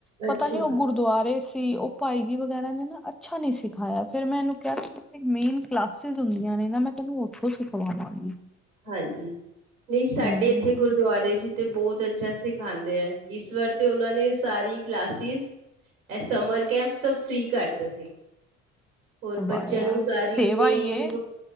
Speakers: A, in the centre; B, on the right.
A: ਪਤਾ
B: ਅੱਛਾ
A: ਨੀ ਓ ਗੁਰਦੁਆਰੇ ਸੀ, ਓ ਭਾਈ ਜੀ ਵਗੈਰਾ ਨੇ ਨਾ ਅੱਛਾ ਨੀਂ ਸਿਖਾਇਆ, ਫੇਰ ਮੈਂ ਏਨੂੰ ਕੇਯਾ ਮੈਂ ਏਨੂੰ ਕਲਾਸਿਸ ਹੁੰਦੀਆਂ ਨੇਨਾ, ਮੈਂ ਤੈਨੂੰ ਓਥੋਂ ਸਿਖਵਾਵਾਂਗੀ।
B: ਹਾਂਜੀ, ਨਈਂ ਸਾਡੇ
A: ਹੂੰ
B: ਤੇ ਗੁਰਦੁਆਰੇ ਚ ਤੇ ਬੋਤ ਅੱਛਾ ਸਿਖਾਂਦੇ ਆ, ਇਸ ਵਾਰ ਤੇ ਓਨਾਂ ਨੇ ਸਾਰੀ ਕਲਾਸਿਸ ਐ ਸਮਰ ਕੈਂਪ ਸਭ ਫ੍ਰਰੀ ਕਰਤਾ ਸੀ। ਹੋਰ ਬੱਚਿਆਂ
A: ਵਾਹ ਯਾਰ
B: ਨੂੰ ਸਾਰੀ
A: ਸੇਵਾ
B: ਮੀਲ
A: ਹੀ ਏ